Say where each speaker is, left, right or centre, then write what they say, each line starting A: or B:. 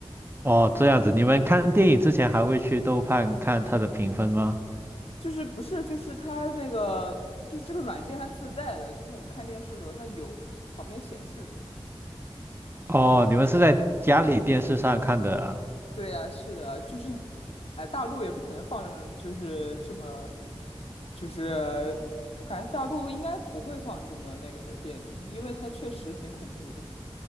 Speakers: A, on the right; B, on the left.
A: 哦，这样子，你们看电影之前还会去豆瓣看它的评分吗？
B: 就是不是就是它那个就是这个软件它自带的，就是我们看电视的时候它有旁边显示着。
A: 哦，你们是在家里电视上看的啊？
B: 对呀，是的，就是，哎，大陆也不可能放上，就是这么，就是我感觉大陆应该不会放这么那个的电影，因为它确实挺恐怖的。